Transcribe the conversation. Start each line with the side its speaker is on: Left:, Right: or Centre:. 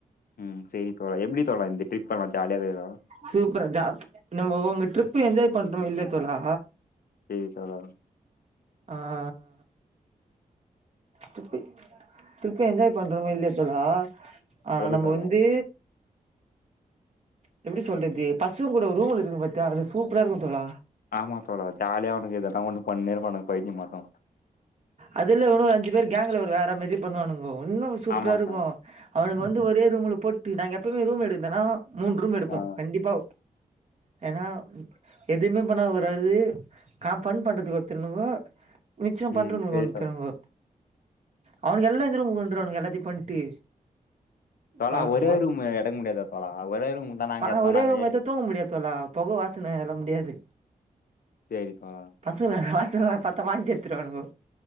Left: ம் சரி தோழா எப்படி தோழா இந்த ட்ரிப் பெல்லாம் ஜாலியா கக்குதா
Right: சூப்பரா ஜா நம்ப உங்க ட்ரிப் என்ஜாய் பண்றோமா இல்லையா தோழா
Left: சரி தோழா
Right: ஆஹ திருப்பி திருப்பி என்ஜாய் பண்றோமோ இல்லையா தோழா ஆஹ்
Left: சொல்லு
Right: நம்ம
Left: தோழா
Right: வந்து எப்படி சொல்றது பசங்க கூட ஒரு ரூம்ல இருக்குது பாத்தியா அது சூப்பரா இருக்கும் தோழா
Left: ஆமா தோழா ஜாலியா அவனுக எதனா ஒண்ணு பண்னேருப்பானுக பயத்தியமாட்டோம்
Right: அதுல இவனுங்க ஒரு அஞ்சு பேர் கேங்க்ல ஒரு வேற மாரி பண்ணுவானுங்கோ இன்னும் சூப்பரா
Left: ஆமா
Right: இருக்கும்
Left: தோழா
Right: அவனுக்கு வந்து ஒரே ரூம்ல போட்டு நாங்க எப்பயுமே ரூம் எடுக்கர்ந்தனா மூன் ரூம் எடுப்போம்
Left: ஆ
Right: கண்டிப்பா ஏன்னா எதுவுமே பண்ணா ஒருது நா ஃபண்ட் பண்றதுக்கு ஒருத்தங்கோ மிச்ச பண்ற
Left: ம் சேரி
Right: ஒருத்தவனுங்கோ
Left: தோழா
Right: அவனுங்க எல்லாம் இந்த ரூம்க்கு வந்துருவானுங்க எல்லாத்தயு பண்ட்டு
Left: தல
Right: பா
Left: ஒரே
Right: மாஸ்
Left: ரூம் எடுக்க முடியாதா தல ஒரே ரூம் தா நாங்க
Right: பா
Left: எத்தோம்
Right: ஒரே
Left: நாங்க
Right: ரூம் எத்தா தூங்க முடியாது தோழா பொக வாசன அதல்லா முடியாது
Left: சேரி தோழா
Right: பசங்கோ வாசனைல்லா பார்த்தா வாந்தி எடுத்துருவானுங்கோ